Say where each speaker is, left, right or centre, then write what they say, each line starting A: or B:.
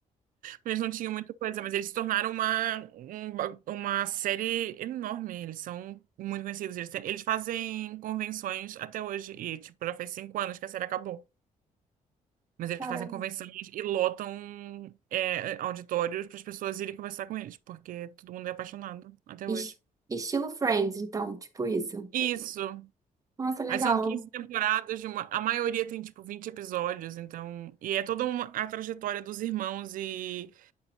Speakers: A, on the right; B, on the right.
A: Eles não tinham muita coisa, mas eles se tornaram uma, um ba- uma série enorme. Eles são muito conhecidos. Eles, têm- eles fazem convenções até hoje. E, tipo, já faz cinco anos que a série acabou. Mas eles
B: Caramba.
A: fazem convenções e lotam é, auditórios para as pessoas irem conversar com eles, porque todo mundo é apaixonado até
B: Es-
A: hoje.
B: estilo Friends, então, tipo isso.
A: Isso.
B: Nossa, legal.
A: Aí são 15 temporadas de uma. A maioria tem, tipo, 20 episódios, então. E é toda uma, a trajetória dos irmãos e